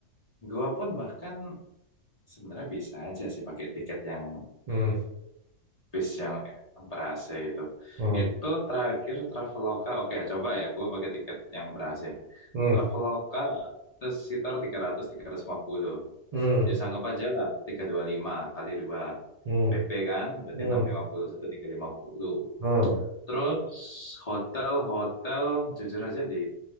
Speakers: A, on the left (about 40°); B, on the right (about 70°).
A: gue pun bahkan sebenarnya bisa aja sih pakai tiket yang
B: hmm,
A: bis yang berase itu.
B: hmm,
A: Itu terakhir Traveloka. Oke, coba ya gue pakai tiket yang berase.
B: hmm,
A: Traveloka terus sekitar tiga ratus tiga ratus lima puluh.
B: hmm,
A: Ya sanggup aja lah 325 kali 2.
B: hmm,
A: PP kan berarti
B: hmm,
A: enam
B: hmm,
A: ratus lima puluh seribu tiga ratus lima puluh.
B: hmm,
A: Terus hotel-hotel jujur aja di